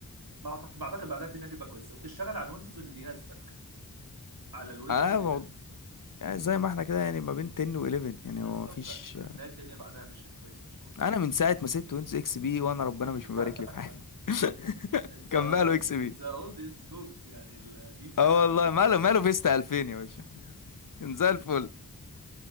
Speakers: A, on the right (about 75°); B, on the left (about 60°).
A: بعتقد بعتقد بعدها الدنيا هتبقى كويسه وتشتغل على الويندوز اللي يناسبك على الويندوز
B: انا
A: اللي
B: مو-
A: يناسبك
B: يعني زي ما احنا كده يعني ما بين 10 و11 يعني
A: بالظبط
B: هو مفيش
A: هت- هتلاقي الدنيا بعدها مشيت كويسه ان شاء الله
B: انا من ساعه ما سبت ويندوز اكس بي وانا ربنا
A: <laughs>
B: مش مبارك لي في حاجه <laughs>
A: ذا
B: كملوا اكس بي
A: ذا اولد از جولد يعني القديم
B: اه
A: ده
B: والله
A: مشيت
B: ماله ماله فيستا 2000 يا باشا كان زي الفل